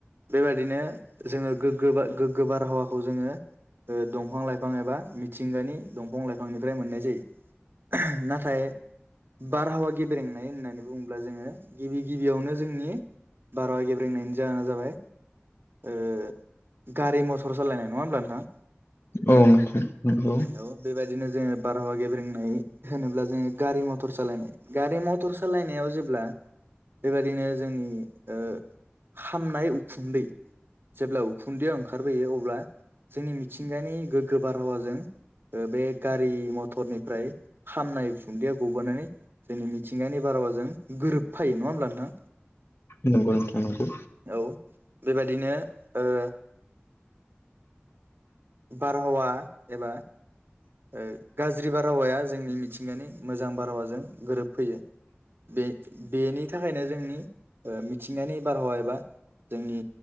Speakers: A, on the right; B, on the left.
A: बेबायदिनो जोङो गोग्गो गोग्गो बारहावाखौ जोङो ओ दंफां-लाइफां एबा मिथिंगानि दंफां-लाइफांनिफ्राय मोननाय जायो नाथाय बारहावा गेब्रेंनाय होननानै बुङोब्ला जोङो गिबि गिबियावनो जोंनि बारहावा गेब्रेंनायनि जाहोना जाबाय ओ गारि-मथर सालायनाय नङा होमब्ला नोंथां?
B: औ नोथां नंगौ
A: औ बेबायदिनो जोङो बारहावा गेब्रेंनाय होनोब्ला जोङो गारि मथर सालायनाय गारि-मथर सालायनायाव जेब्ला बेबायदिनो जों ओ खामनाय उखुन्दै जेब्ला उखुन्दैया ओंखारबोयो अब्ला जोंनि मिथिंगानि गोग्गो बारहावाजों ओ बे गारि-मथरनिफ्राय खामनाय उखुन्दैया ग'बोनानै जोंनि मिथिंगानि बारहावाजों गोरोबफायो नङा होमब्ला नोंथां?
B: नंगौ नोंथां नंगौ
A: औ बेबायदिनो ओ बारहावा एबा ओ गाज्रि बारहावाया जोंनि मिथिंगानि मोजां बारहावाजों गोरोबफैयो बे बेनि थाखायनो जोङो ओ मिथिंगानि बारहावा एबा जोंनि